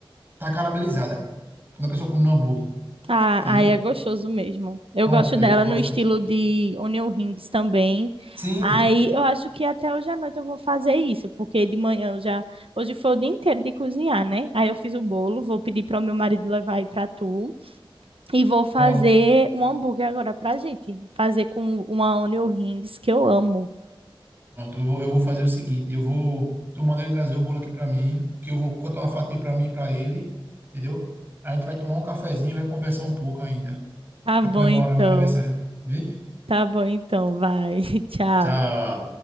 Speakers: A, on the right; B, on the right.
A: tá caramelizada. Quando a pessoa come no hambúrguer,
B: Ah,
A: entendeu?
B: aí é gostoso mesmo. Eu
A: Pronto,
B: gosto
A: eu
B: dela
A: gosto.
B: no estilo de onion rings também.
A: Sim,
B: Aí eu acho que até hoje à noite eu vou fazer isso, porque de manhã eu já. Hoje foi o dia inteiro de cozinhar, né? Aí eu fiz o bolo, vou pedir para o meu marido levar aí para tu. E vou fazer
A: pronto,
B: um hambúrguer agora pra gente. Fazer com uma onion rings que eu amo.
A: pronto. Eu vou, eu vou fazer o seguinte, eu vou, tô mandando ele trazer o bolo aqui para mim, que eu vou cortar uma fatia para mim e para ele, entendeu? A gente vai tomar um cafezinho, e vai conversar um pouco ainda,
B: Tá
A: para
B: bom
A: comemorar
B: então.
A: meu aniversário. Vê?
B: Tá bom então, vai. <laughs> Tchau.
A: Tchau.